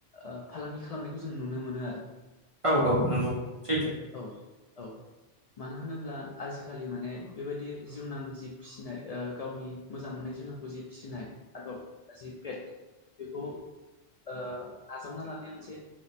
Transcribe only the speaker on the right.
औ औ नंगौ सैथो।